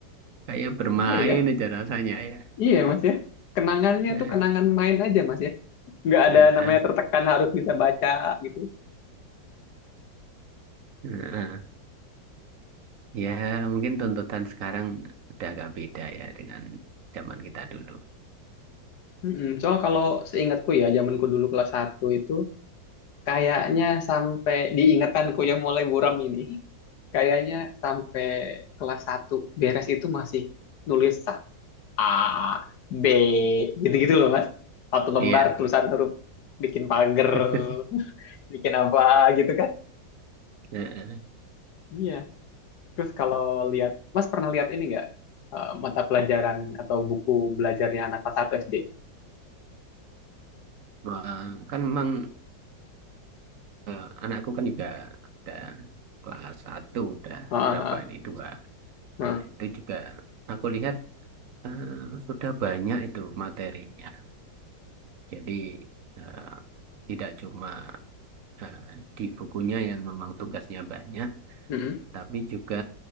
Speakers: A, on the right (about 60°); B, on the left (about 65°).
A: Kayak bermain
B: Iya ya,
A: aja rasanya ya.
B: iya Mas ya. Kenangannya
A: Eh,
B: tuh kenangan main aja, Mas ya. Nggak ada
A: eh,
B: namanya
A: eh.
B: tertekan harus bisa baca gitu.
A: Nah, ya mungkin tuntutan sekarang udah agak beda ya dengan zaman kita dulu.
B: Mm-mm. Soal kalau seingatku ya, zamanku dulu kelas satu itu kayaknya sampai diingetanku yang mulai buram ini, kayaknya sampai kelas satu beres itu masih nulis A B gitu-gitu loh mas satu lembar
A: Iya.
B: tulisan huruf bikin pagar
A: <laughs>
B: <laughs> bikin apa gitu kan
A: Heeh.
B: iya terus kalau lihat mas pernah lihat ini nggak eh, mata pelajaran atau buku belajarnya anak kelas 1 SD
A: Wah, Kan memang eh, anakku kan juga udah kelas satu, udah
B: Heeh,
A: berapa
B: heeh,
A: ini dua.
B: heeh.
A: Nah, itu juga aku lihat eh, sudah banyak itu materinya. Jadi eh, tidak cuma eh, di bukunya yang memang tugasnya banyak,
B: Mm-mm.
A: tapi juga